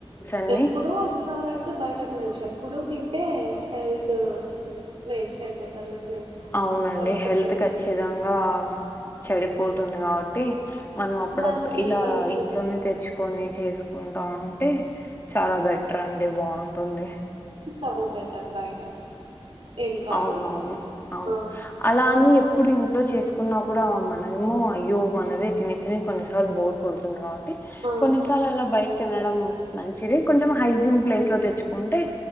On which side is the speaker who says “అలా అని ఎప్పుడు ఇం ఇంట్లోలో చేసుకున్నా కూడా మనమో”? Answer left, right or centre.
Left